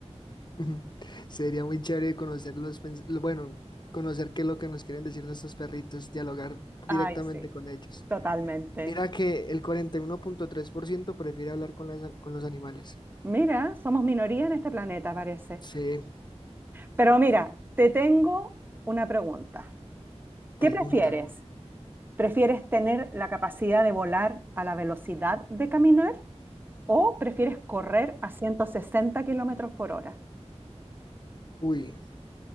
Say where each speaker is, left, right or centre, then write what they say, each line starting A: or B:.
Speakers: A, on the left; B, on the right.
A: <laughs> Ujú. Sería muy chévere conocer los, pens- lo- bueno, conocer qué es lo que nos quieren decir nuestros perritos, dialogar
B: Ay,
A: directamente
B: sí,
A: con ellos.
B: totalmente.
A: Mira que el cuarenta y uno punto tres por ciento prefiere hablar con las, con los animales.
B: Mira, somos minoría en este planeta, parece.
A: Se
B: Pero mira, te tengo una pregunta.
A: preguntan,
B: ¿Qué prefieres? ¿Prefieres tener la capacidad de volar a la velocidad de caminar o prefieres correr a 160 kilómetros por hora?
A: uy,